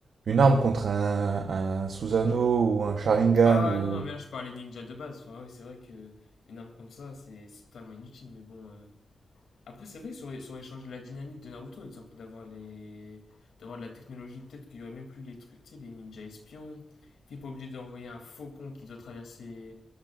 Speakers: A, on the right (about 75°); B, on the left (about 80°).
A: une arme contre un, un Susanoo ou un Sharingan
B: Ah
A: ou...
B: non, non, mais là je parlais ninja de base. Enfin, ouais, c'est vrai que une arme contre ça, c'est c'est totalement inutile. Mais bon, euh, après, c'est vrai que ça aurait, ça aurait changé la dynamique de Naruto, exemple, d'avoir les... d'avoir de la technologie. Peut-être qu'il y aurait même plus les trucs, tu sais, les ninjas espions. T'es pas obligé d'envoyer un faucon qui doit traverser,